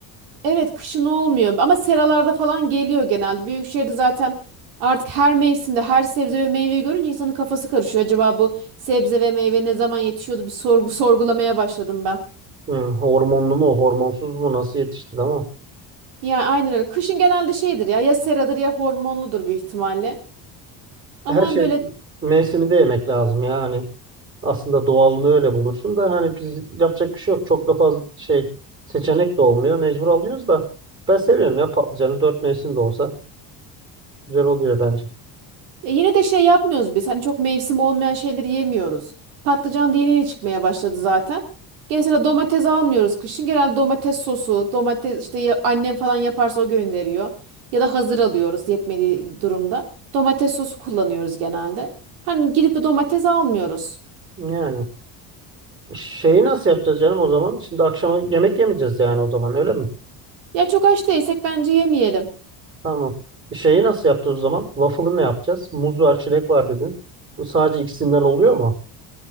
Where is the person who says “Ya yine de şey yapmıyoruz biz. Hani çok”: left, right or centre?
Right